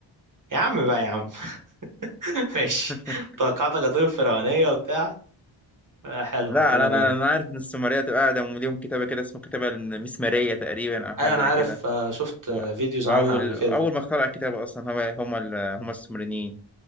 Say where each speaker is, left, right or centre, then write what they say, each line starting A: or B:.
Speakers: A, on the right; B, in the centre.
A: يا عم بقى يا عم <laughs> ماشي
B: <laughs>
A: توقعتك هتقول الفرعونية وبتاع آه، حلوة
B: لا
A: حلوة
B: أنا أنا
A: منه
B: أنا عارف إن السومرية تبقى قاعدة ليهم كتابة كده اسمه كتابة المسمارية تقريبا أو حاجة
A: ايوه
B: زي
A: انا عارف
B: كده
A: آه، شفت آه،
B: و-
A: فيديوز
B: وأول
A: عنها قبل كده
B: أول ما اخترع الكتابة أصلا هو هم ال- هم السومريين